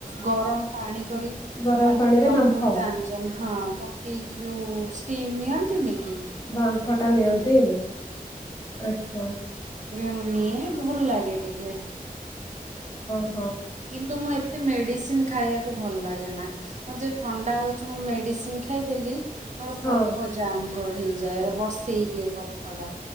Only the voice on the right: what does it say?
ଗରମ ପାଣି କରି ତା
ଦେହରେ
ଟିକେ ଅମୃତା
ଆଜନ ହଁ। ପକେଇକି ଯୋଉ ଷ୍ଟିମ୍ ନିଅନ ତ ନେଇ
ମୁ ନିଏ ଭଲ ଲାଗେ ଟିକେ
କିନ୍ତୁ ମୁଁ ଏତେ ମେଡିସିନ ଖାଇବାକୁ ଭଲ ଲାଗେ ନା। ମୋ ଯ ଥଣ୍ଡା ହଉଛି ମୁଁ ମେଡିସିନ ଖାଇଦେଲି ମୋର
କଫ ଜାମ କଢ଼ି ଯଏ। ବସେଇ ଦିଏ କଫ ଟା